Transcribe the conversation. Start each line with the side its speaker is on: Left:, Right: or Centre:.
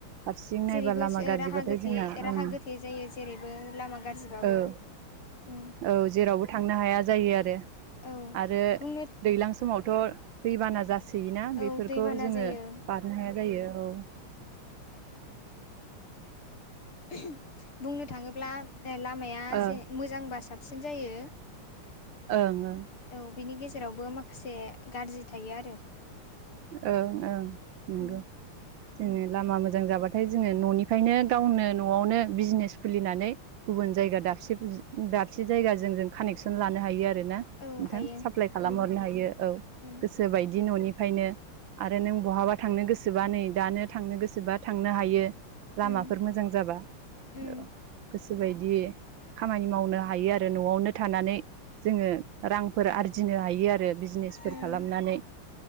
Right: फारसेथिं नायबा
Left: जेरैबो
Right: लामा गाज्रिबाथाय
Left: राहा गोथे
Right: जोंना
Left: राहा
Right: ओ
Left: गोथे जायो जेरैबो लामा गाज्रिबाबो
Right: ओं।
Left: उम
Right: औ जेरावबो थांनो हाया जायो आरो
Left: औ
Right: आरो
Left: बुंनो
Right: दैज्लां समाव थ' दैबाना जासोयोना
Left: औ
Right: बेफोरखौ
Left: दैबाना
Right: जोङो
Left: जायो
Right: बारनो हाया जायो। औ
Left: बुंनो थाङोब्ला ए लामाया
Right: ओ
Left: जे मोजांबा साबसिन जायो
Right: ओं ओं
Left: औ बिनि गेजेरावबो माखासे गाज्रि थायो आरो
Right: ओं ओं नंगौ
Left: उम
Right: जोङो लामा मोजां जाबाथाय जोङो न'निफ्रायनो गावनो न'आवनो बिजनेस खुलिनानै गुबुन जायगा दाबसे दाबसे जायगाजों जों कानेक्सन लानो हायो आरो ना?
Left: औ
Right: नोंथां
Left: हायो
Right: साप्लाय खालामहरनो
Left: उम
Right: हायो औ
Left: उम
Right: गोसोबायदि न'निफ्रायनो। आरो नों बहाबा थांनो गोसोबा नै दानो थांनो गोसोबा थांनो हायो। लामाफोर
Left: उम
Right: मोजां जाबा औ
Left: उम
Right: गोसो बेबायदि खामानि मावनो हायो आरो न'आवनो थानानै जोङो रांफोर आरजिनो हायो आरो बिजनेसफोर
Left: उम
Right: खालामनानै